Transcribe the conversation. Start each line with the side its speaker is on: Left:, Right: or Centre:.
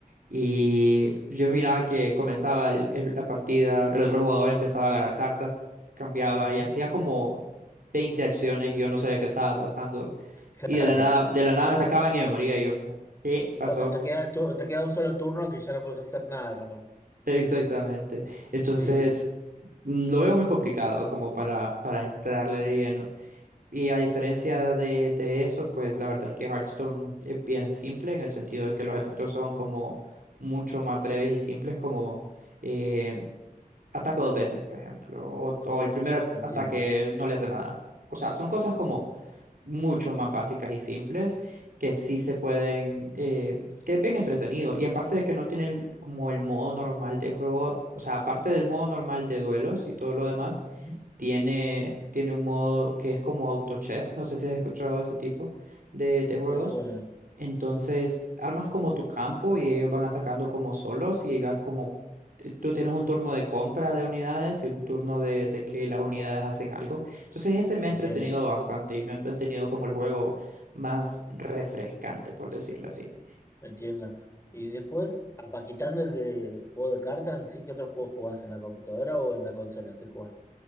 Right: y yo miraba que comenzaba el- el- la partida, el otro jugador empezaba a agarrar cartas, cambiaba
Left: Ujú.
Right: y hacía como 20 acciones y yo no sabía qué estaba pasando.
Left: Claro.
Right: Y de la nada, de la nada me atacaban y me moría y yo como, ¿qué pasó?
Left: Cuando te queda,
Right: <laughs>
Left: el tu- te queda un solo turno que ya no puedes hacer nada, capaz.
Right: Exactamente. Entonces,
Left: Sí,
Right: mm, lo veo muy complicado como para, para entrarle de lleno. Y a diferencia de, de eso, pues la verdad es que Hearthstone es bien simple en el sentido de que los efectos son como mucho más breves y simples, como eh, ataco dos veces, por ejemplo, o, o el primer at-
Left: entiendo.
Right: ataque no le hace nada. O sea, son cosas como
Left: Sí.
Right: mucho más básicas y simples que sí se pueden, eh, que es bien entretenido. Y aparte de que no tienen como el modo normal de juego, o sea, aparte del modo normal de duelos y todo lo demás
Left: Ujú.
Right: tiene, tiene un modo que es como auto chess, no sé si has escuchado ese tipo de, de juegos.
Left: Me suena,
Right: Entonces, armas como tu campo y ellos van atacando como solos y vas como, eh, tú tienes un turno de compra de unidades y un turno de, de que las unidades hacen algo. Entonces, ese me
Left: entiendo.
Right: ha entretenido bastante y me ha mantenido como el juego más refrescante, por decirlo así.
Left: Entiendo. Y después, ah, pa' quitando el de juego de cartas, ¿sí que otro juego jugás en la computadora o en la consola? ¿Qué jugás?